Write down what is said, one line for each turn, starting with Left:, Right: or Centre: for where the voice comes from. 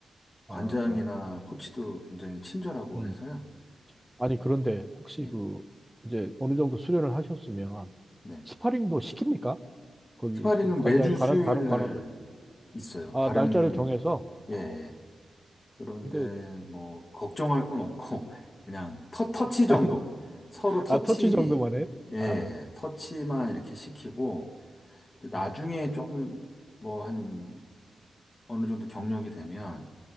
Centre: 아,
Left: 관장이나
Centre: 아.
Left: 코치도
Centre: 그,
Left: 굉장히 친절하고
Centre: 음.
Left: 해서요.
Centre: 아니,
Left: 어,
Centre: 그런데 혹시
Left: 예,
Centre: 그, 이제 어느 정도 수련을 하셨으면
Left: 네.
Centre: 스파링도 시킵니까? 거기
Left: 스파링은
Centre: 또 관장이
Left: 매주
Centre: 관한,
Left: 수요일
Centre: 다른 관원들.
Left: 날 있어요.
Centre: 아,
Left: 다른,
Centre: 날짜를 정해서, 어,
Left: 예, 예. 그런데
Centre: 근데,
Left: 뭐, 걱정할 건 없고, <laughs> 그냥 터, 터치 정도.
Centre: 아니, <laughs>
Left: 서로 터치,
Centre: 아, 터치 정도만 해요?
Left: 예,
Centre: 아,
Left: 터치만 이렇게 시키고, 이제 나중에
Centre: 네,
Left: 조금 뭐 한 어느 정도 경력이 되면